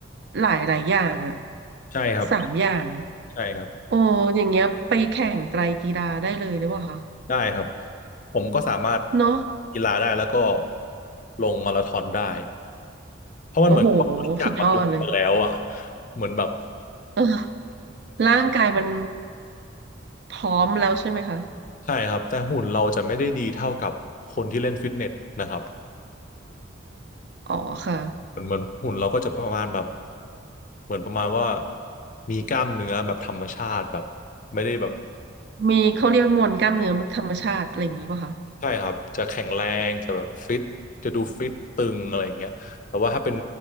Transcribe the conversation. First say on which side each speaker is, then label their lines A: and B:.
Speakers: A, on the right; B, on the left.
A: หลายหลายอย่างอ่ะ
B: ใช่ครับ
A: สามอย่าง
B: ใช่ครับ
A: โอ้อย่างเงี้ยไปแข่งไตรกีฬาได้เลยหรือเปล่าคะ
B: ได้ครับผมก็สามารถ
A: เนาะ
B: กีฬาได้แล้วก็ลงมาราธอนได้เพราะมันเหมือนกับว่าทุกอย่างมันลงกันแล้วอ่ะ
A: โอ้โหสุดยอดเลย
B: เหมือนแบบ
A: เออร่างกายมันพร้อมแล้วใช่ไหมคะ
B: ใช่ครับแต่หุ่นเราจะไม่ได้ดีเท่ากับคนที่เล่นฟิตเนสนะครับ
A: อ๋อค่ะ
B: เหมือนเหมือนหุ่นเราก็จะประมาณแบบเหมือนประมาณว่ามีกล้ามเนื้อแบบธรรมชาติแบบไม่ได้แบบ
A: มีเขาเรียกมวลกล้ามเนื้อธรรมชาติอะไรอย่างนี้ป่ะคะ
B: ใช่ครับจะแข็งแรงจะแบบฟิตจะดูฟิตตึงอะไรอย่างเงี้ยแต่ว่าถ้าเป็น